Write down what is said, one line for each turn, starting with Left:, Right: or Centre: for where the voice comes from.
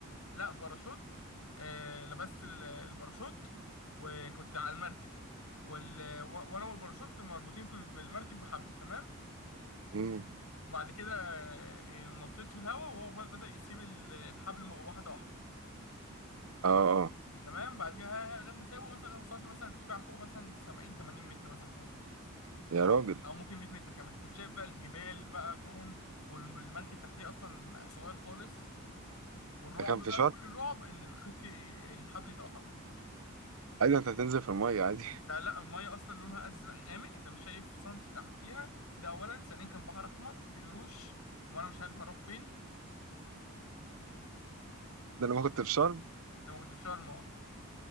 Left: لا باراشوت آه لبست ال- الباراشوت وكنت على المركب وال... و... وانا والباراشوت مربوطين في بالمركب بحبل تمام
Right: امم
Left: وبعد كده آه، نطيت في الهواء وهو ف- بدأ يسيب ال- الحبل م- واحده واحده
Right: اه اه
Left: تمام بعد كده ها- ها، لغايه ما سابه مثلا وصلت مثلا ارتفاع فوق مثلا 70 80 متر مثلا فوق
Right: يا راجل
Left: او ممكن 100 متر كمان كنت شايف بقى الجبال بقى فاهم والمركب تحتيه اصلا صغير خالص والرعب
Right: ده كان
Left: بقى
Right: في شرم
Left: كل الرعب ان الخيط الحبل يتقطع
Right: عادي أنت هتنزل في المية عادي
Left: ده لا الميه اصلا لونها ازرق غامق انت مش شايف سنتي تحتيها ده اولا ثانيا كان بحر احمر في قروش وانا مش عارف هروح فين
Right: <laughs> ده لما كنت في شرم
Left: لما كنت في شرم اه